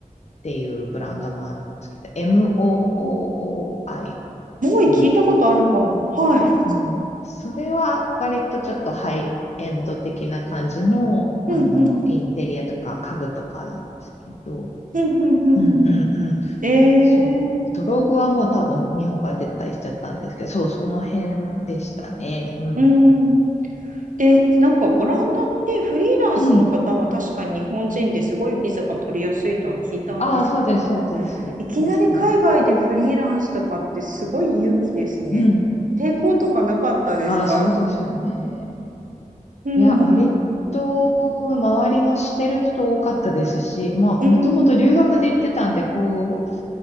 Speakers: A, on the left; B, on the right.
A: ていうブランドもあるんですけど、MOOI で、
B: う聞いたことあるかも。
A: モーイ。
B: はい。
A: うん。それは割とちょっとハイエンド的な感じの、
B: うんうん
A: あの、インテリアとか家具とかなんですけど、
B: うんうんうんうんうん。
A: うんうん
B: えー、
A: そう、ドログはもう多分日本から撤退しちゃったんですけど、そう、その辺でしたね。うんうんうん。
B: うん。で、なんかオランダってフリーランスの方は確かに日本人ですごいビザが取りやすいとは聞いたんですけど、
A: うんああ、そうです、そうです。
B: いきなり海外でフリーランスとかってすごい勇気ですね。
A: まさに。うん。
B: 抵抗とかなかったですか
A: ああ、そうですよね。
B: うん。
A: いや、割と周りもしてる人多かったですし、まあ、
B: うん。うん
A: もともと留学で行ってたんで、こ